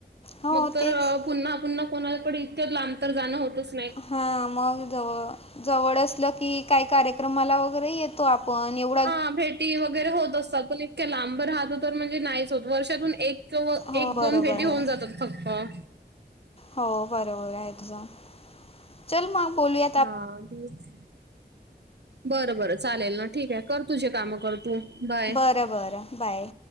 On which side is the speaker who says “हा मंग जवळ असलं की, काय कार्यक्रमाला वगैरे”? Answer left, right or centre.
Left